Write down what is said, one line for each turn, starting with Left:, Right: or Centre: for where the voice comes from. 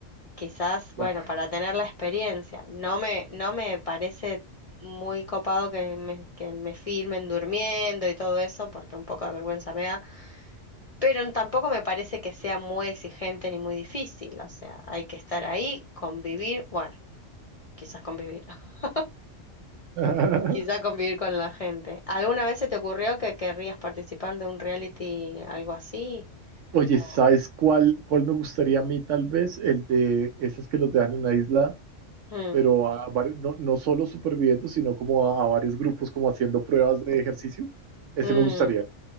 Left: Quizás, bueno,
Right: Claro.
Left: para tener la experiencia. No me, no me parece muy copado que me, que me filmen durmiendo y todo eso, porque un poco de vergüenza me da. pero tampoco me parece que sea muy exigente ni muy difícil, o sea, hay que estar ahí, convivir, bueno, quizás convivir, <laughs>
Right: <laughs>
Left: quizás convivir con la gente. ¿Alguna vez se te ocurrió que querrías participar de un reality, algo así?
Right: Oye,
Left: O-
Right: ¿sabes cuál, cuál me gustaría a mí tal vez? El de esas que los dejan en una isla
Left: Mm,
Right: pero a varios, no, no solo superviviendo, sino como a, a varios grupos como haciendo pruebas de ejercicio, ese
Left: mm.
Right: me gustaría. No